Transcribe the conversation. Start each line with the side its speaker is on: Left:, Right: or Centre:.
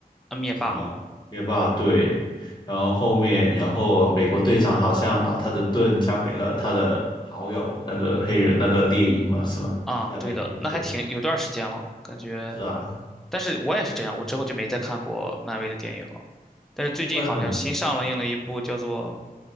Centre: 啊，灭霸
Left: 什么灭霸队，然后后面，然后美国队长好像把他的盾交给了他的好友那个黑人那个猎鹰嘛，是吗？
Centre: 啊，
Left: 这叫猎鹰嘛？
Centre: 对的，那还挺有段时间了，
Left: 对，
Centre: 感觉，
Left: 是啊，
Centre: 但是我也是这样，我之后就没再看过漫威的电影了。但是最近好像新上了映了一部叫做
Left: 因为很